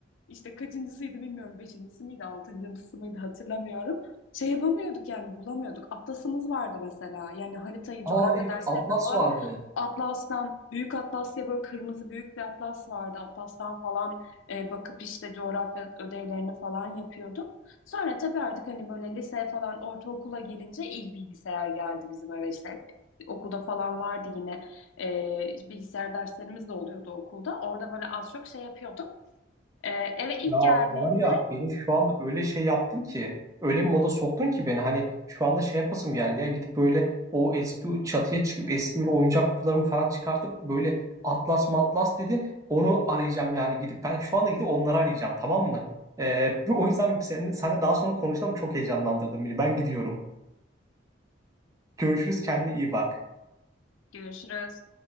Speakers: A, on the left; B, on the right.
A: İşte kaçıncısıydı bilmiyorum. Beşincisi miydi, altıncısı mıydı hatırlamıyorum. Şey yapamıyorduk yani bulamıyorduk. Atlasımız vardı mesela. Yani haritayı
B: Aa
A: coğrafya
B: evet
A: derslerinde
B: Atlas
A: falan
B: vardı.
A: Atlas'tan, Büyük Atlas diye böyle kırmızı büyük bir atlas vardı. Atlas'tan falan e, bakıp işte coğrafya ödevlerini falan yapıyorduk. Sonra tabii artık hani böyle liseye falan ortaokula gelince ilk bilgisayar geldi bizim eve işte. Okulda falan vardı yine e, bilgisayar derslerimiz de oluyordu okulda. Orada böyle az çok şey yapıyorduk. Ee, eve ilk
B: Ya
A: geldiğinde
B: var ya beni şu anda öyle şey yaptın ki öyle bir moda soktun ki beni hani şu anda şey yapasım geldi ya gidip böyle o eski o çatıya çıkıp eski bir oyuncak kutularımı falan çıkartıp böyle atlas matlas dedin onu arayacağım yani gidip ben şu anda gidip onları arayacağım tamam mı? Ee, o yüzden sen, seninle daha sonra konuşalım çok heyecanlandırdın beni ben gidiyorum. Görüşürüz kendine iyi bak.
A: görüşürüz.